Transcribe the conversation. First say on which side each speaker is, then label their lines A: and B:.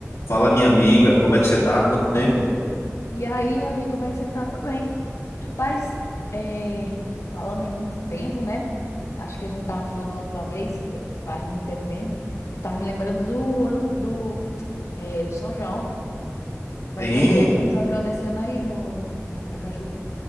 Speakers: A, on the left (about 80°); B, on the left (about 70°).
A: Fala, minha amiga, como é que você tá? Quanto tempo?
B: E aí, amigo, como é que você tá? Tudo bem? Rapaz, é, falando em muito tempo, né? Acho que a gente tava falando a última vez, eh, faz muito tempo mesmo, que eu tava me lembrando do ano do, eh, do São João. Vai
A: Sim,
B: ter o quê no São João desse ano aí no, em Aracaju?